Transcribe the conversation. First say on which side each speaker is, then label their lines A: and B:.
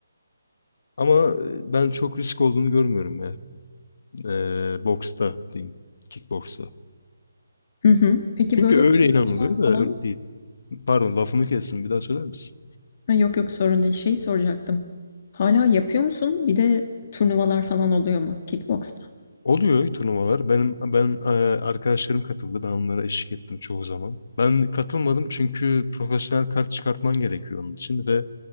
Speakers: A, on the left; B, on the left.
A: Ama ben çok risk olduğunu görmüyorum ya. Ee, boksta diyeyim. Kickboksta.
B: hı. hı. Peki
A: Çünkü
B: böyle
A: öyle
B: turnuvalar
A: inanılıyor da
B: falan
A: öyle değil. Pardon lafımı kestim. Bir daha söyler misin?
B: Ha, yok yok sorun değil. Şey soracaktım. Hala yapıyor musun? Bir de turnuvalar falan oluyor mu kickboksta?
A: Oluyor turnuvalar. Benim ben e, arkadaşlarım katıldı. Ben onlara eşlik ettim çoğu zaman. Ben katılmadım çünkü profesyonel kart çıkartman gerekiyor onun için ve